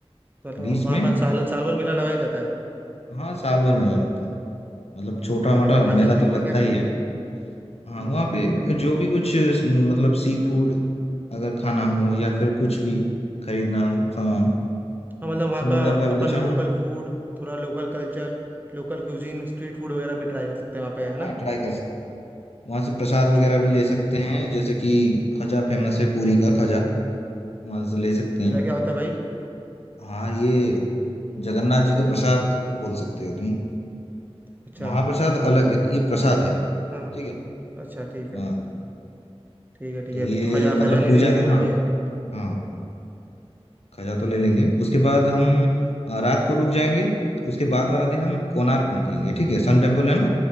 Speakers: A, on the right; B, on the left.
A: तो मतलब
B: बीच
A: वहाँ
B: में
A: वहाँ साल साल भर मेला लगा ही रहता है
B: हाँ साल भर मेला लगता है मतलब छोटा
A: ठीक
B: मोटा
A: है भाई वहाँ
B: मेला
A: चल देंगे
B: तो
A: वहाँ
B: लगता
A: क्या करेंगे
B: ही है हाँ
A: हम्म
B: वहाँ पे जो भी कुछ मतलब सी फूड अगर खाना हो या फिर कुछ भी खरीदना हो सामान
A: हाँ मतलब
B: हाँ,
A: वहाँ
B: समुंदर
A: का
B: का भी
A: अपन
B: कच्चा
A: लोकल
B: हाँ
A: फूड थोड़ा local culture local cuisine street food वगैरह भी ट्राई कर सकते हैं वहाँ पे है ना
B: हाँ ट्राई कर सकते हैं वहाँ से प्रसाद वगैरह
A: ठीक
B: भी
A: है
B: ले
A: ठीक
B: सकते
A: है
B: हैं जैसे कि खजा फेमस है पूरी का खजा वहाँ से ले सकते
A: खजा
B: हैं
A: क्या होता है भाई
B: हाँ ये जगन्नाथ जी का प्रसाद बोल सकते हो तुम
A: अच्छा
B: महाप्रसाद अलग है ये प्रसाद है ठीक
A: हाँ हाँ,
B: है
A: अच्छा ठीक
B: हाँ
A: है ठीक है ठीक
B: तो
A: है
B: ये
A: तो खजा
B: मतलब
A: खजा लेना
B: पूजा
A: ही लेना
B: हाँ
A: भाई अपने को तो
B: हाँ खजा तो ले लेंगे उसके बाद हम अ, रात को रुक जाएंगे उसके बाद वाला दिन हम कोणार्क निकलेंगे ठीक है सन टेम्पल है ना